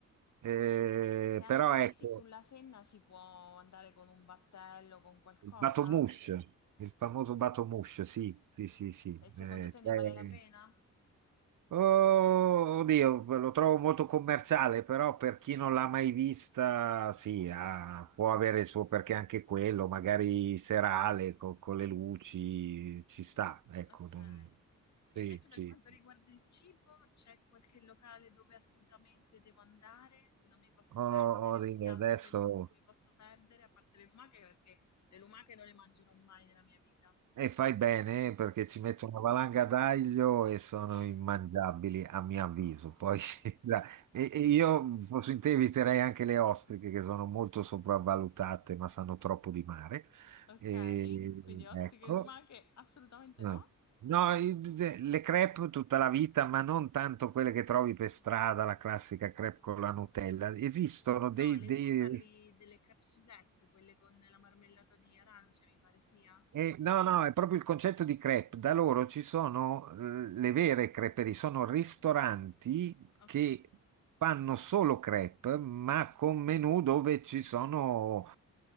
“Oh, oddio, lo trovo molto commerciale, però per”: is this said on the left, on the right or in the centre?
Right